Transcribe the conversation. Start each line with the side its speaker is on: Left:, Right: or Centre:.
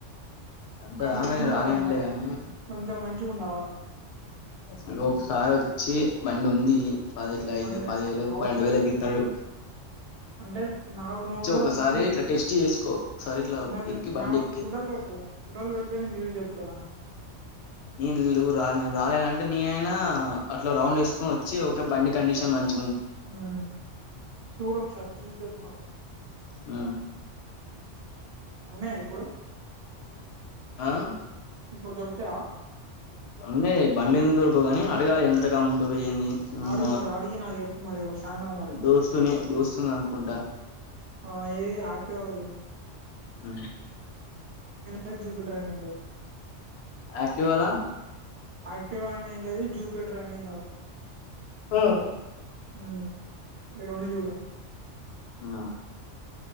Left: అంత
Right: కానీ
Left: దాకా
Right: మంచిగా
Left: నే
Right: ఉండాల
Left: రానియనులే
Right: మరి
Left: గానీ
Right: కొంచెం మంచిగా ఉండాల
Left: అంటే ఒకసారి వచ్చి బండి ఉంది పది ఇట్లా
Right: అంటే
Left: పది వేలకు
Right: హౌస్
Left: పన్నెండు వేలుకిస్తాడు
Right: అంటే నాకు నువ్వున్న
Left: ఒకసారి
Right: నువవు
Left: ఇట్లా టెస్ట్ చేసుకో ఒకసారి ఇట్లా
Right: అంటే
Left: ఎక్కి బండి
Right: నాకు
Left: ఎక్కి
Right: ఫడ ఫోటోలు పెడితే నేను జూసి జెప్తా
Left: నేను నురాలే రాలేనంటే నేనైనా అట్లా రౌండ్ యేసుకొనొచ్చి ఓకే బండి కండిషన్ మంచి
Right: అ సూడొక్సరీ చూస్జెప్ప మరి
Left: ఆ
Right: ఉన్నాయా ఇప్పుడు
Left: అ ఆ
Right: ఇప్పుడు దొరుకుతాయా
Left: అండి బండ్లు ఎందుకు దొరుకోగాని అడగాలెంత కమ్ముతారు ఏంది ఉమ్
Right: అడుగు మరి అడిగి నాకు చెప్పు మరి వాళ్ళు సాయంత్రం వరకు
Left: దోస్తునే దోస్తుని అనుకుంటా
Right: ఆ ఏవి ఆక్టివాళ జూడు
Left: ఉమ్
Right: లేదు జూపిటర్ అయిన లేదు
Left: యాక్టివాల
Right: యాక్టివ్ అయినే ఏం లేదు జూపీటర్ అయినేం గాదు
Left: ఆ
Right: ఉ ఇరొండు చూడు
Left: ఆ